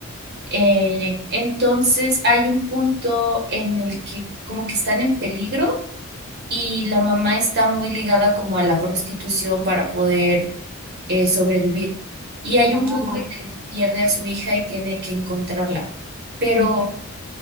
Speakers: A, on the right (about 45°); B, in the centre.
A: Eh, entonces hay un punto en el que como que están en peligro y la mamá está muy ligada como a la prostitución para poder eh, sobrevivir. Y hay
B: Ah,
A: un punto
B: ok.
A: en el que pierde a su hija y tiene que encontrarla. Pero
B: Ujú,